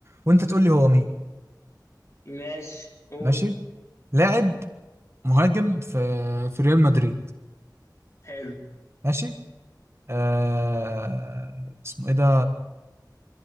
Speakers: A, on the right; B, on the left.
A: وانت تقول لي هو مين
B: ماشي قول
A: ماشي لاعب مهاجم في في ريال مدريد
B: حلو
A: ماشي آه اسمه ايه ده